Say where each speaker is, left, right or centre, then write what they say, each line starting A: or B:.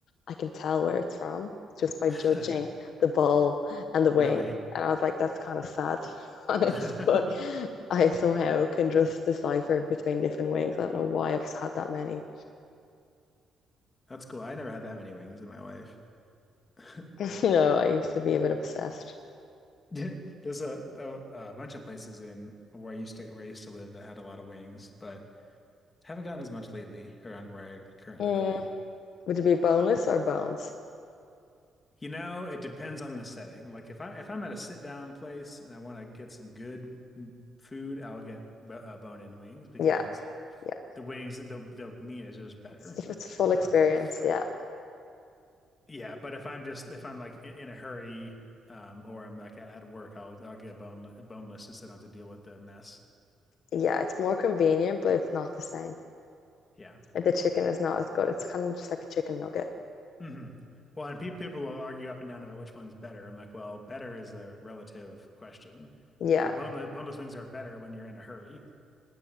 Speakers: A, on the left (about 55°); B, on the left (about 20°).
A: I can tell where it's from just by
B: <laughs>
A: judging the ball and the wing.
B: Really? <laughs>
A: And I was like, that's kind of sad, <laughs> to be honest.
B: That's
A: But I somehow can just decipher between different wings. I don't know why I've had that many.
B: cool. I never had that many wings in my life. <laughs>
A: <laughs> No, I used to be a bit obsessed.
B: Yeah, There's a, a a bunch of places in where I used to where I used to live that had a lot of wings, but Haven't gotten as much lately around where I'm currently
A: Mm,
B: living.
A: Would it be boneless or bones?
B: You know, it depends on the setting. Like if I if I'm at a sit down place and I want to get some good m- food, I'll get b uh, bone-in wings because
A: Yeah, yeah.
B: the wings the the meat is just better.
A: It's, it's a full
B: Um,
A: experience. Yeah,
B: yeah, but if I'm just if I'm like in, in a hurry um, or I'm like at work, I'll I'll get bone boneless just so I don't have to deal with the mess.
A: yeah. It's more convenient, but it's not the same.
B: Yeah.
A: The chicken is not as good. It's kind of just like a chicken nugget.
B: hmm Well, and pe people will argue up and down about which one's better. I'm like, well, better is a relative question.
A: Yeah,
B: Like boneless boneless wings are better when you're in a hurry